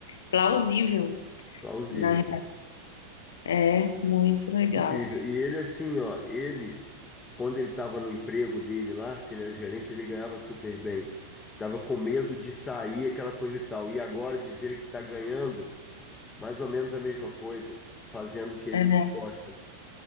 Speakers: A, on the left; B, on the left.
A: plausível,
B: plausível.
A: né? É, muito legal.
B: Incrível. E ele assim, ó, ele quando ele estava no emprego dele lá, que ele era gerente, ele ganhava super bem. Tava com medo de sair aquela coisa e tal. E agora diz ele que está ganhando mais ou menos a mesma coisa, fazendo o que ele
A: É,
B: gosta.